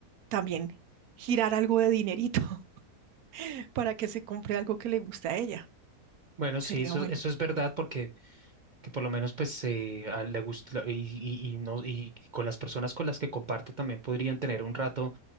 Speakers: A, on the right (about 75°); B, on the right (about 45°).
A: también girar algo de dinerito <laughs> para que se compre algo que le guste a ella.
B: Bueno,
A: Sería
B: sí, eso,
A: bueno.
B: eso es verdad porque que por lo menos pues eh, a- le gusta y, y- y no, y con las personas con las que comparte también podrían tener un rato